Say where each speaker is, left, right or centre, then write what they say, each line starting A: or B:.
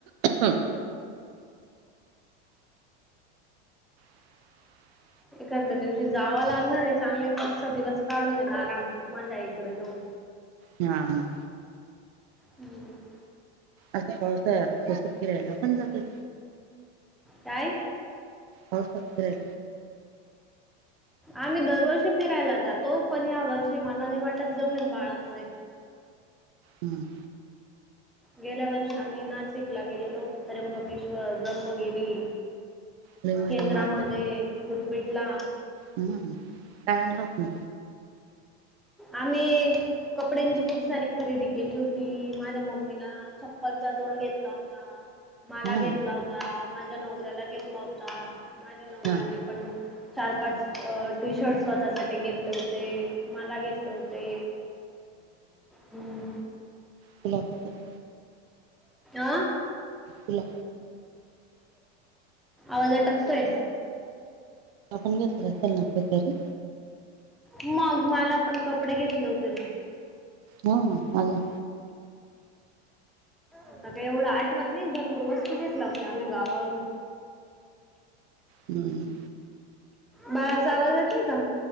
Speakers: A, on the right (about 65°); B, in the centre.
A: हा हम्म हम्म <inaudible>
B: एता दिवशी जावं लागणार आहे चांगले फचा दिवस काढून येत आराम. माझा इकडे जाऊ.
A: हा हा..
B: हम्म
A: असा पावसा तस फिरायला पण जाते.
B: काय?
A: हो सते.
B: आम्ही दरवर्षी फिरायला जातो पण या वर्षी मला नाही वाटत जमीन बाळामुळे.
A: हम्म
B: गेल्या वर्षी आम्ही नाशिकला गेलेलो त्र्यंबकेश्वर ब्रह्मगिरी.
A: लय मजा
B: केंद्रामध्ये
A: मारते
B: दुर्पीटला.
A: हम्म काय आणलंच न.
B: आम्ही कपड्यांची खूप सारी खरेदी केली होती माझ्या मम्मीला. चप्पलचा जोड घेतला होता. मला
A: हम्म
B: घेतला होता माझ्या नवऱ्याला घेतला होता माझ्या नवऱ्याने
A: हा
B: पण.. चार पाच अह टी शर्ट स्वतःसाठी घेतले होते मला घेत लोटे हम्म
A: खुला <unintelligible>
B: अह
A: तुला
B: आवाज अटकतोय
A: आपण घेतलं असेल ना कहीतरी
B: मग मला पण कपडे घेतले होते ना
A: हा माझे
B: आता काही एवढं आठवत नाही भरपूर वस्तू घेतल्या होत आम्ही गावावरून
A: हम्म.
B: बाळाचा आवाज येतोय का?